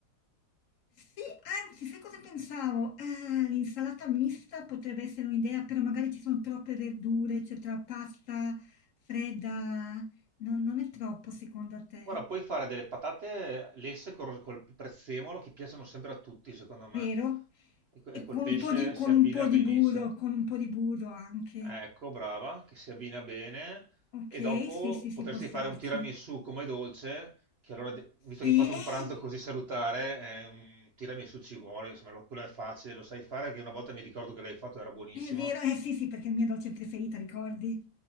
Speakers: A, on the left; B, on the right.
A: Sì, anzi, sai cosa pensavo? Ehm, l'insalata mista potrebbe essere un'idea, però magari ci son troppe verdure, cioè tra pasta fredda non non è troppo secondo te?
B: Guarda, puoi fare delle patate lesse col, col prezzemolo che piacciono sempre a tutti, secondo me.
A: Vero?
B: E, co-
A: E
B: e col
A: con
B: pesce
A: un po' di con
B: si abbina
A: un po' di
B: benissimo.
A: burro con un po' di burro anche.
B: Ecco, brava, che si abbina bene.
A: Okay,
B: E dopo
A: sì, sì, sì,
B: potresti
A: può starci.
B: fare un tiramisù come dolce, che allora, de- visto
A: Sì,
B: che hai fatto
A: eh,
B: un pranzo così salutare, eh, un tiramisù ci vuole, insomma, lo- quello è facile, lo sai fare, perché una volta mi ricordo che l'hai fatto, era buonissimo.
A: è vero, eh sì, sì, perché è la mia dolce preferita, ricordi?